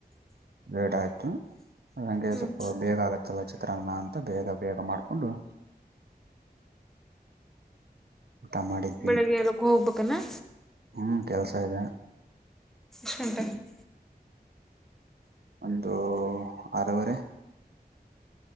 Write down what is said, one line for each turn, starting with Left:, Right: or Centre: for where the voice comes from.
Right: ಬೇಡ ಆಯ್ತು ಹಂಗೆ
Centre: ಹ್ಮ್
Right: ಸ್ವಲ್ಪ ಬೇಗ ಆಗತ್ತಲ್ಲ ಚಿತ್ರಾಅನ್ನ ಅಂತ ಬೇಗ ಬೇಗ ಮಾಡ ಕೊಂಡು ಊಟ ಮಾಡಿದ್ವಿ
Centre: ಬೆಳಿಗ್ಗೆ ಎಲ್ಲಕ್ಕ ಹೋಗ್ಬೇಕನಾ
Right: ಹ್ಮ್ ಕೆಲ್ಸ ಇದೆ
Centre: ಎಷ್ಟು್ಮಂಟಲ್ಲಿ <unintelligible>
Right: ಒಂದು ಆರೂ ವರೆ